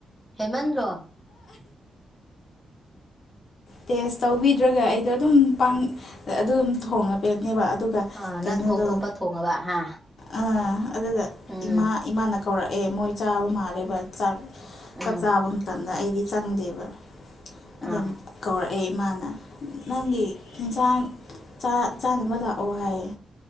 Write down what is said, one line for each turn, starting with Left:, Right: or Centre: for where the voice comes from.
Centre: ꯍꯦꯟꯃꯟꯗ꯭ꯔꯣ ꯫
Left: ꯇꯦꯁ ꯇꯧꯕꯤꯗ꯭ꯔꯒ ꯑꯩꯗꯣ ꯑꯗꯨꯝ ꯄꯪ ꯑꯗꯨꯝ ꯊꯣꯡꯉꯕꯅꯦꯕ ꯫ ꯑꯗꯨꯒ
Centre: ꯑꯥ
Left: ꯀꯩꯅꯣꯗꯧ
Centre: ꯅꯪ ꯊꯣꯛ ꯊꯣꯛꯄ ꯊꯣꯡꯉꯕ ꯍꯥ
Left: ꯑꯥ ꯑꯗꯨꯒ
Centre: ꯎꯝ
Left: ꯏꯃꯥ ꯏꯃꯥꯅ ꯀꯧꯔꯛꯑꯦ ꯃꯣꯏ ꯆꯥꯕ ꯃꯥꯜꯂꯦꯕ ꯆꯥꯛ
Centre: ꯎꯝ
Left: ꯆꯥꯛ ꯆꯥꯕ ꯃꯇꯝꯗ ꯑꯩꯗꯤ ꯆꯪꯗꯦꯕ ꯑꯗꯨꯝ
Centre: ꯑꯥ
Left: ꯀꯧꯔꯛꯑꯦ ꯏꯃꯥꯅ ꯫ ꯅꯪꯒꯤ ꯌꯦꯟꯁꯥꯡ ꯆꯥꯅꯕ ꯂꯥꯛꯑꯣ ꯍꯥꯏꯌꯦ